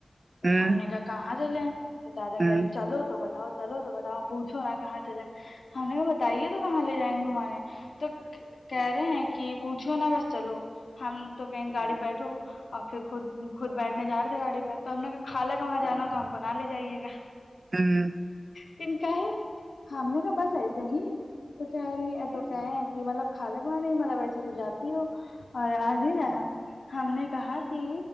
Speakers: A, on the right; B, on the left.
A: ہ ہ ہ ہ
B: ہم نے کہا کہاں چلے ہیں تو دادا
A: ہ
B: کہ رہے چلو تو با بتاؤ چلو تو بتاؤ پوچھو نا کہاں چلے ہم نے کہ بتائیے تو کہاں لے جائیں گے گھمانے تو کہہ رہے ہیں کہ پوچھو نا بس چلو ہم تو کہیں گاڑی پہ بیٹھو اور پھر خود خود بیٹھنے جا رہے تھے گاڑی پہ تو ہم نے خالہ ہے کہ وہاں جانا تو ہم نہ لے جائیے گا
A: ہوں
B: تن کا ہے ہم نے کا بس ایسے ہی بیچارے ات تو کہ ہیں کہ مطلب خالہ کے کیوں مطلب ویسے تو جاتی ہو اور آج ہی جانا ہم نے کہا کہ